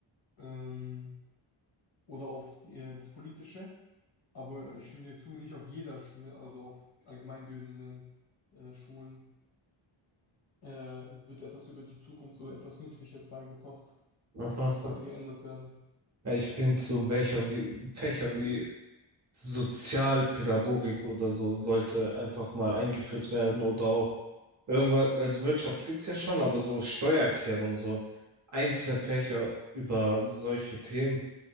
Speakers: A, on the left (about 50°); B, on the right (about 35°).
A: ähm, oder auf äh, das Politische. Aber ich stimme dir zu, nicht auf jeder Schule, also auf allgemeinbildenden äh, Schulen, äh, wird etwas über die Zukunft oder etwas Nützliches beigebracht.
B: Mhm.
A: Das sollte geändert werden.
B: Ja, ich finde, so welcher wie, Fächer wie Sozialpädagogik oder so sollte einfach mal eingeführt werden oder auch irgendwas, also Wirtschaft gibt's ja schon, aber so Steuererklärung, so einzelne Fächer über solche Themen,